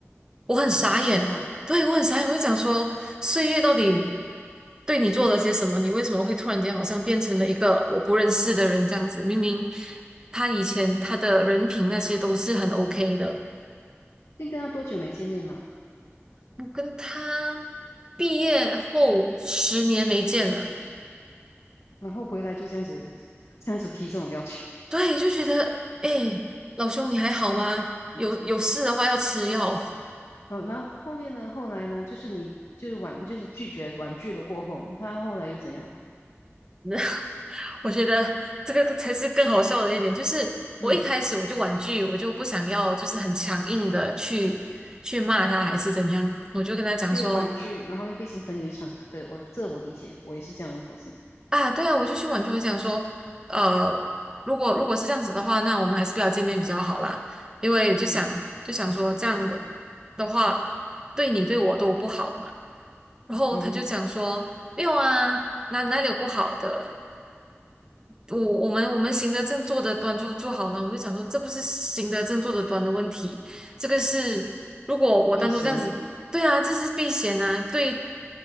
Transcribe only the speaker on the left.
好奇怪。
先跟他多久没见面了，
然后回来就这样子，这样子提这种要求。
哦，那后面呢？后来呢？就是你就是婉，就是拒绝婉拒了过后，他后来又怎样？
嗯，
就婉拒，然后又被新朋友一场啊。对，我这我理解，我也是这样的过程。
嗯
嗯哼，
避嫌，